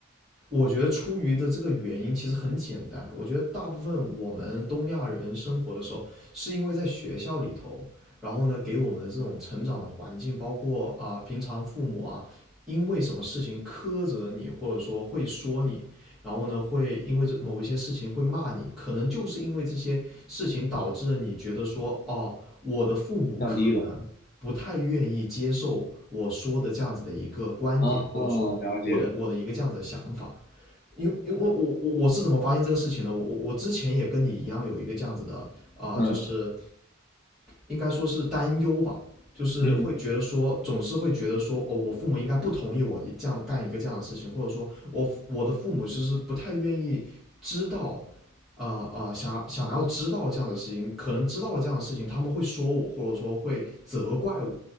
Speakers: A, in the centre; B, on the left.
A: 我觉得出于的这个原因其实很简单，我觉得大部分我们东亚人生活的时候，是因为在学校里头，然后呢给我们的这种成长的环境，包括啊、呃平常父母啊，因为什么事情苛责你，或者说会说你，然后呢会因为这某一些事情会骂你，可能就是因为这些事情导致了你觉得说，哦，我的父母可能不太愿意接受我说的这样子的一个观点，
B: 降低了啊，
A: 或者说我的我的一个这样子的想法。
B: 啊了解，
A: 因为因为我我我我是怎么发现这个事情的？我我我之前也跟你一样有一个这样子的啊、
B: 嗯
A: 呃就是应该说是担忧吧，就是会觉得说总是会觉得说哦，
B: 嗯
A: 我父母应该不同意我也这样干一个这样的事情，或者说我父我的父母其实不太愿意知道，呃呃，想想要知道这样的事情，可能知道了这样的事情，他们会说我，或者说会责怪我。